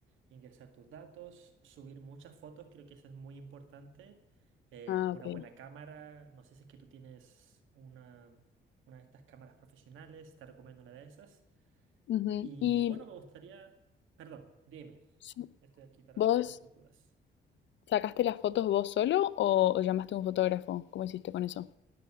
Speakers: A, on the right (about 80°); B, on the left (about 65°).
A: ingresar tus datos, subir muchas fotos, creo que eso es muy importante. Eh,
B: Ah,
A: una
B: ok.
A: buena cámara, no sé si es que tú tienes una, una de estas cámaras profesionales, te recomiendo una de esas.
B: Ujú.
A: Y
B: ¿Y
A: bueno, me gustaría, perdón, dime,
B: sí,
A: estoy aquí para
B: vos
A: resolver tus dudas.
B: sacaste las fotos vos solo o, o llamaste a un fotógrafo? ¿Cómo hiciste con eso?